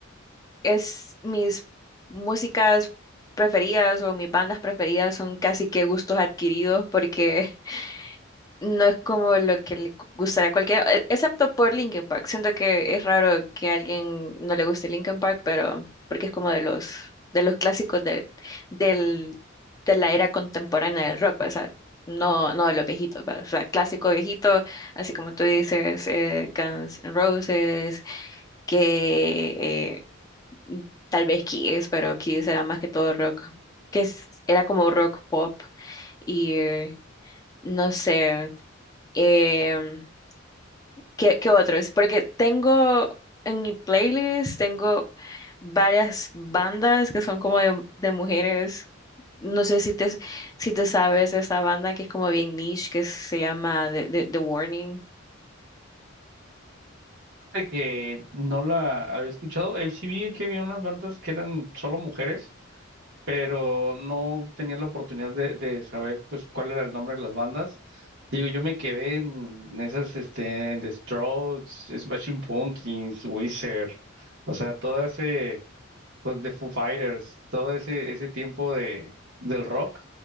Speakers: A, on the left (about 20°); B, on the right (about 60°).
A: es mis músicas preferidas o mis bandas preferidas son casi que gustos adquiridos porque <laughs> no es como lo que le gustará a cualquiera, e- excepto por Linkin Park. Siento que es raro que a alguien no le guste Linkin Park, pero porque es como de los de los clásicos del del de la era contemporánea del rock, o sea, no no de los viejitos, ¿va? O sea, clásico viejito, así como tú dices, eh, Guns N' Roses, que eh, mm, tal vez Kiss, pero Kiss era más que todo rock, que es- era como rock pop y eh, no sé, em, ¿qué, qué otros? Porque tengo en mi playlist, tengo varias bandas que son como de, de mujeres. No sé si te, si te sabes esa banda que es como bien niche, que se llama The, The- The Warning.
B: de que no la había escuchado. Eh, sí vi que había unas bandas que eran solo mujeres, pero no tenía la oportunidad de, de saber pues cuál era el nombre de las bandas. Digo, yo me quedé en esas, este, en The Strokes, Smashing Pumpkins, Weezer, o sea, todo ese, pues, de Foo Fighters, todo ese, ese tiempo de, del rock.